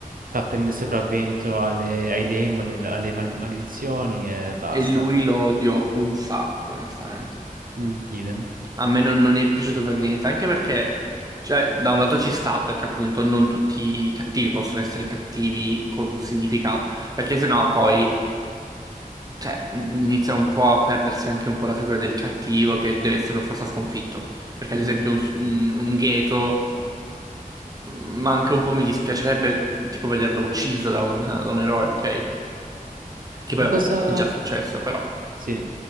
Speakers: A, on the right; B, on the right.
A: far prendere sopravvento alle- ai demoni, al- alle maled- maledizioni e basta.
B: E lui lo odio un sacco, onestamente.
A: Mm, idem.
B: A me non, non è piaciuto per niente, anche perché, cioè, da un lato ci sta, perché appunto non tutti i cattivi possono essere cattivi con un significato, perché sennò poi, cioè, inizia un po' a perdersi anche un po' la figura del cattivo che deve essere per forza sconfitto. Perché
A: Mhm.
B: ad esempio un, un, un Gheto, mm, ma anche un po' mi dispiacerebbe tipo vederlo ucciso da un, da un eroe, ok? Che
A: Una
B: poi
A: cosa,
B: vabbè, è già successo, però.
A: Sì.